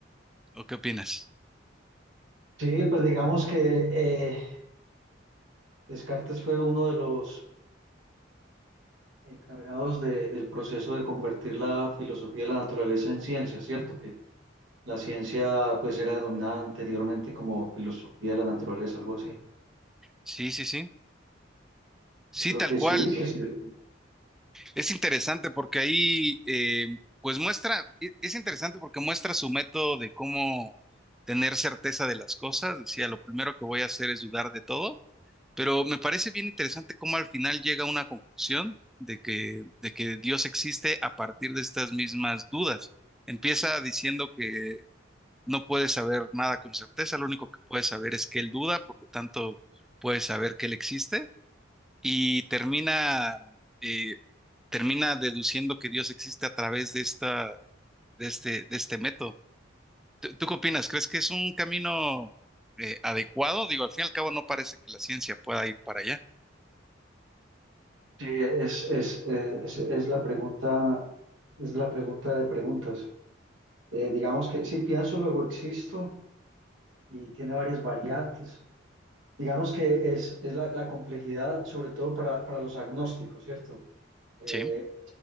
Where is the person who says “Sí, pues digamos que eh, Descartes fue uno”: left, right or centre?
Right